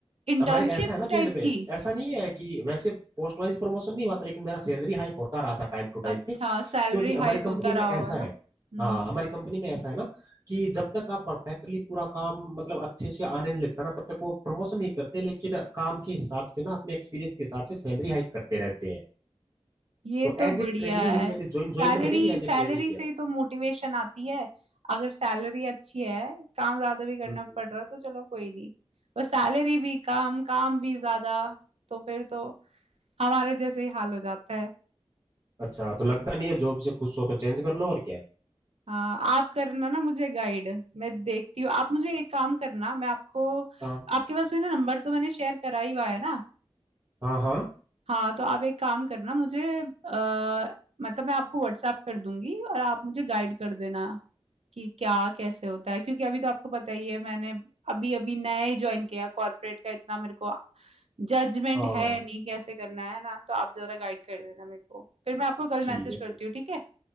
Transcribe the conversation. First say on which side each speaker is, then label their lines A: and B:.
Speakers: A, on the right; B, on the right.
A: इंटर्नशिप
B: हमारे ऐसा है ना
A: टाइप
B: फील्ड में
A: थी
B: ऐसा नहीं है कि वैसे पोस्ट वाइज प्रमोशन नहीं हुआ था लेकिन मेरा सैलरी हाइक होता रहा था टाइम टू टाइम
A: अच्छा
B: पे क्योंकि
A: सैलरी
B: हमारी
A: हाइक होता
B: कंपनी
A: रहा
B: में ऐसा
A: होगा
B: है
A: ना हम्म
B: हाँ हमारी कंपनी में ऐसा है ना कि जब तक आप परफेक्टली पूरा काम मतलब अच्छे से आने नहीं लगता ना तब तक वो प्रमोशन नहीं करते लेकिन काम के हिसाब से ना अपने एक्सपीरियंस के हिसाब से सैलरी हाइक करते रहते हैं
A: ये
B: तो
A: तो
B: एज
A: बढ़िया
B: ए ट्रेनी
A: है
B: ही मैंने ज्वाइन
A: सैलरी
B: ज्वाइन तो मैंने भी एज
A: सैलरी
B: ए ट्रेनी किया
A: से
B: था
A: ही तो मोटिवेशन आती है अगर सैलरी अच्छी है काम ज्यादा भी करना
B: हम्म।
A: पड़ रहा तो चलो कोई नहीं पर सैलरी भी कम काम भी ज्यादा तो फिर तो हमारे जैसे ही हाल हो जाता है
B: अच्छा तो लगता नहीं है जॉब से खुश हो तो चेंज कर लो और क्या है
A: हाँ आप करना ना मुझे गाइड मैं देखती हूँ आप मुझे एक काम करना मैं आपको
B: हाँ
A: आपके पास मेरा नंबर तो मैंने शेयर करा ही हुआ है ना
B: हाँ हाँ
A: हाँ तो आप एक काम करना मुझे अ, मतलब मैं आपको व्हाट्सएप कर दूंगी और आप मुझे गाइड कर देना कि क्या कैसे होता है क्योंकि अभी तो आपको पता ही है मैंने अभी अभी नया ही ज्वाइन किया कॉर्पोरेट का इतना मेरे को जजमेंट
B: हाँ
A: है नहीं कैसे करना है ना तो आप जरा गाइड कर देना मेरे को फिर मैं आपको कल
B: ठीक
A: मैसेज
B: है
A: करती
B: ठीक
A: हूँ ठीक है